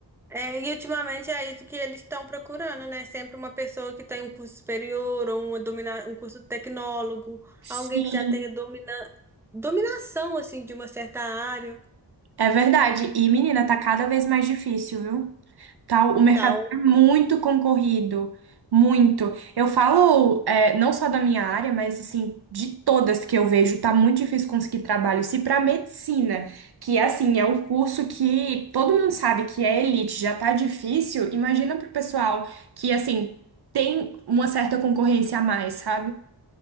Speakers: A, in the centre; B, on the right (about 60°).
A: É, e ultimamente é isso que eles estão procurando, né? Sempre uma pessoa que tem um curso superior ou uma domina... um curso tecnólogo,
B: Sim,
A: alguém que já tenha domina... dominação, assim, de uma certa área,
B: é verdade. E, menina, tá cada vez mais difícil, viu? Tal, o mercado
A: tal.
B: está muito concorrido, muito. Eu falo, é, não só da minha área, mas assim, de todas que eu vejo, tá muito difícil conseguir trabalho. Se para medicina, que assim, é um curso que todo mundo sabe que é elite, já tá difícil, imagina pro pessoal que assim, tem uma certa concorrência a mais, sabe?